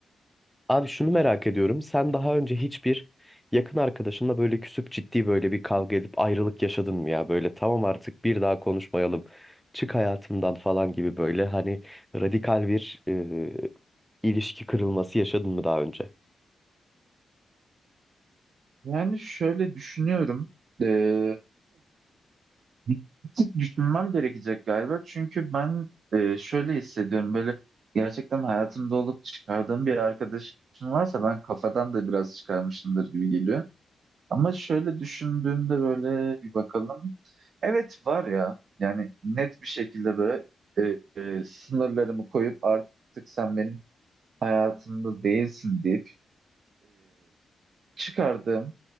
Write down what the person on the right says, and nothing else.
Yani şöyle düşünüyorum. Ee, bir tık düşünmem gerekecek galiba. Çünkü ben e, şöyle hissediyorum böyle gerçekten hayatımda olup çıkardığım bir arkadaşım varsa ben kafadan da biraz çıkarmışımdır gibi geliyor. Ama şöyle düşündüğümde böyle bir bakalım. Evet var ya yani net bir şekilde böyle e, e, sınırlarımı koyup artık sen benim hayatımda değilsin deyip çıkardığım